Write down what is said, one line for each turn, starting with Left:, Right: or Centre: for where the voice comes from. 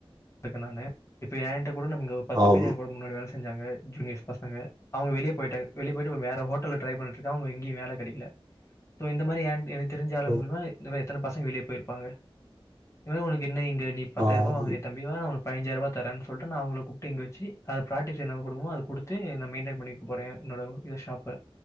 Left: க்க நானு இப்ப ஏன் கிட்ட கூட நமக்கு இங்க பத்து
Right: ஆம்.
Left: பேர் என் கூட முன்னாடி வேல செஞ் சாங்க ஜூனியர்ஸ் பசங்க அவங்க வெளிய போய்ட்டாங்க வெளிய போய்ட்டு வேற ஹோட்டல்ல ட்ரை பண்ணிட்டு இருக்கா அவங்களுக்கு எங்கயு வேல கெடைக்கல சோ இந்த மாரி ஏன் எனக் தெரிஞ்ச ஆளுக
Right: ம்.
Left: மூலியமா இந்த மாரி எத்தன பசங்க வெளிய போயிருப்பாங்க <unintelligible> உனக்கு என்ன இங் க நீ பத்தாய்ருபா
Right: ஆம்.
Left: வாங்கனயி னா உனக்கு பதனஞ்சாயர்ரூபா தரேன்னு சொல்ட்டு நா அவங்கள கூப்ட்டு இங்க வச்சு அது ப்ராக்ட்டிஸ் என்ன குடுக்கணுமோ அத குடுத்து நா மெய்ன்டைன் பண்ணிக்க போறே என்னோட இது ஷாப்ப